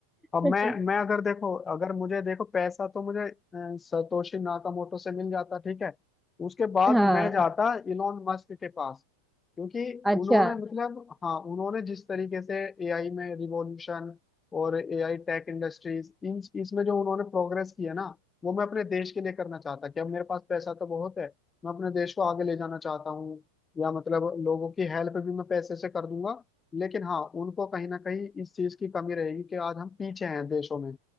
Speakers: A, on the left (about 15°); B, in the centre.
A: अब
B: <laughs>
A: मैं मैं अगर देखो अगर मुझे देखो पैसा तो मुझे अ, सतोशी नाकामोटो से मिल जाता ठीक है उसके बाद
B: हाँ
A: मैं जाता इलोन मस्क के पास क्योंकि
B: अच्छा
A: उन्होंने मतलब हाँ उन्होंने जिस तरीके से एआई में रिवॉल्यूशन और एआई टेक इंडस्ट्रीज इन इसमें जो उन्होंने प्रोग्रेस की है ना वो मैं अपने देश के लिए करना चाहता कि अब मेरे पास पैसा तो बहुत है मैं अपने देश को आगे ले जाना चाहता हूँ या मतलब लोगों की हेल्प भी मैं पैसे से कर दूंगा लेकिन हाँ उनको कहीं ना कहीं इस चीज की कमी रहेगी कि आज हम पीछे हैं देशों में